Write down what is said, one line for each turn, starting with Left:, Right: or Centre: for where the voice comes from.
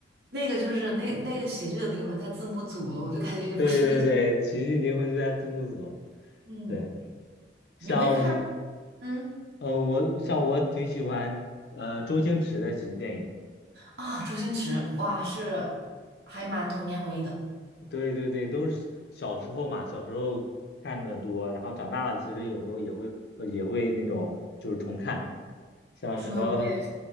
Right: 那个就是那那个喜剧的灵魂在字幕组了，我就感觉也不是这个，
Left: 对对对，喜剧灵魂就在字幕组。
Right: 嗯，
Left: 对，像
Right: 你会看。嗯。
Left: 嗯，我像我挺喜欢呃周星驰的喜剧电影。
Right: 啊，周星驰，哇，是还蛮童年回忆的。
Left: 对对对，都是小时候嘛，小时候看的多，然后长大了其实有时候也会呃也会那种就是重看，像什么
Right: 对，我也是，